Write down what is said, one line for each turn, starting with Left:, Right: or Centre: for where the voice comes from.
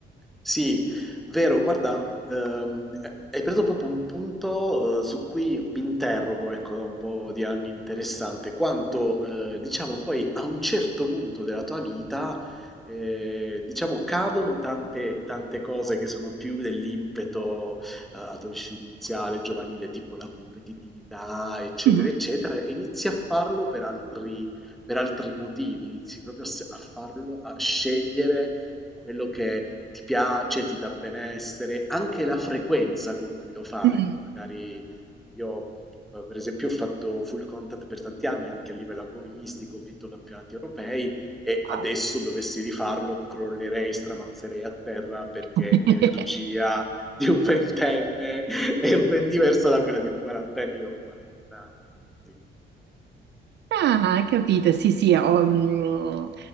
Centre: Sì, vero, guarda, ehm, hai preso proprio un punto, eh, su cui mi interrogo, ecco, da un po' di anni interessante, quanto, eh, diciamo, poi a un certo punto della tua vita, eh, diciamo, cadono tante, tante cose che sono più dell'impeto, eh, adolescenziale, giovanile, tipo la competitività, eccetera,
Right: Mm.
Centre: eccetera, e inizi a farlo per altri, per altri motivi, inizi proprio a s- a farlo, a scegliere quello che ti piace, ti dà benessere, anche la frequenza con cui lo fai,
Right: Mm.
Centre: no? Magari io, eh, per esempio, ho fatto full contact per tanti anni anche a livello agonistico, ho vinto campionati europei e
Right: Wow.
Centre: adesso dovessi rifarlo, crollerei, stramazzerei a terra perché
Right: <laughs>
Centre: l'energia di un ventenne <laughs> è ben diversa da quella di un quarantenne, io ho 40 anni,
Right: Ah, capito, sì, sì, ho, mh,